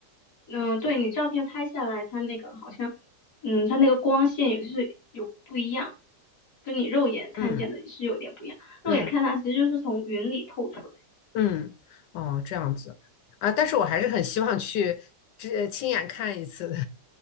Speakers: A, on the left (about 65°); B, on the left (about 75°).
A: 嗯，对你照片拍下来，它那个好像，嗯，它那个光线也是有不一样，跟你肉眼看见的也是有点不一样。
B: 嗯
A: 肉眼看它其实就是从云里透出来。
B: 嗯嗯，哦，这样子啊，但是我还是很希望去这亲眼看一次的。